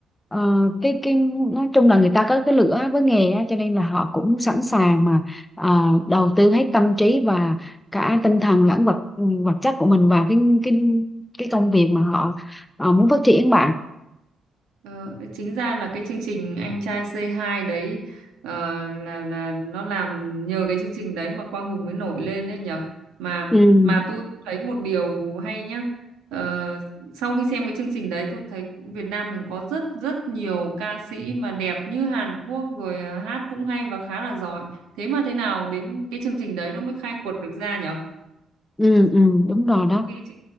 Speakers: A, on the left; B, on the right.
A: ờ, cái cái nói chung là người ta có cái lửa với nghề á, cho nên là họ cũng sẵn sàng mà ờ, đầu tư hết tâm trí và cả tinh thần lẫn vật ừ, vật chất của mình vào cái cái cái công việc mà họ ờ, muốn phát triển bạn.
B: Ờ, chính ra là cái chương trình Anh trai C2 đấy ờ, là là nó làm nhờ cái chương trình đấy mà Quang Hùng mới nổi lên đấy nhở mà
A: Ừ.
B: mà tôi thấy một điều hay nhá Ờ, sau khi xem cái chương trình đấy tôi thấy Việt Nam mình có rất rất nhiều ca sĩ mà đẹp như Hàn Quốc rồi à, hát cũng hay và khá là giỏi thế mà thế nào đến cái chương trình đấy nó mới khai quật được ra nhở
A: ừ ừ đúng rồi đó
B: trong khi trước,